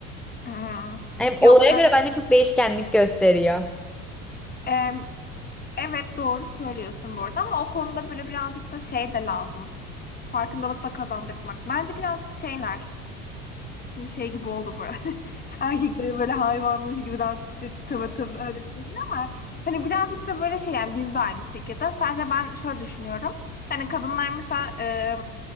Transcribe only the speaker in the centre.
Yani olaya
göre bence çok değişkenlik gösteriyor.